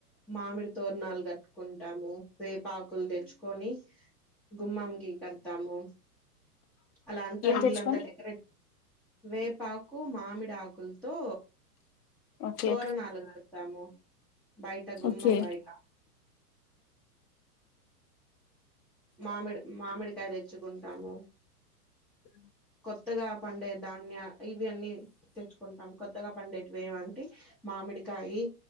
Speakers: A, in the centre; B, on the left.
A: మామిడి తోరణాలు కట్టుకుంటాము వేపాకులు తెచ్చుకొని గుమ్మం గ తము అలా అంత
B: ఏం
A: ఇల్
B: తెచ్చుకొని
A: అంత డెకరేట్ వేపాకు మామిడి ఆకులతో
B: ఓకే
A: తోరణాలు కడతాను బయట గుమ్మం
B: ఓకే
A: బయటా మామిడి మామిడికాయ తెచ్చుకుంటాము
B: అ
A: కొత్తగా పండే ధాన్య ఇవి అన్నీ తెచ్చుకుంటాం కొత్తగా పండేటివి ఏమంటే మామిడికాయ